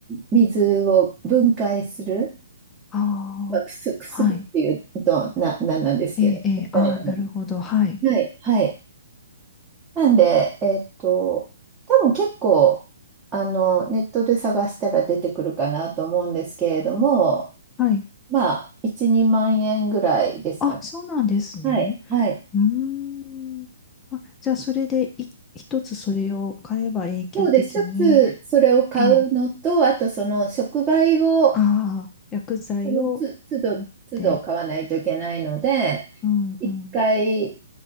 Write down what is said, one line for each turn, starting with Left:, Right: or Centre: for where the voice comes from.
Right: 水を分解する、
Left: ああ。
Right: まあ、くす薬っていうと、
Left: はい。
Right: な、なんなんですけど、
Left: ええ、ええ。
Right: みたいなもの。
Left: ああ、なるほど。はい。
Right: はい、はい。なんで、えっと、多分結構、あの、ネットで探したら出てくるかなと思うんですけれども、
Left: はい。
Right: まあ、1、2万円ぐらいですかね。
Left: あ、そうなんですね。
Right: はい、はい。
Left: うーん。あ、じゃあ、それでい一つそれを買えば永久的に、
Right: そうで、一つそれを買うのと、
Left: ええ
Right: あとその触媒を、
Left: ああ、薬剤を買って。
Right: そのつ、都度、都度買わないといけないので、
Left: うんうん。
Right: 1回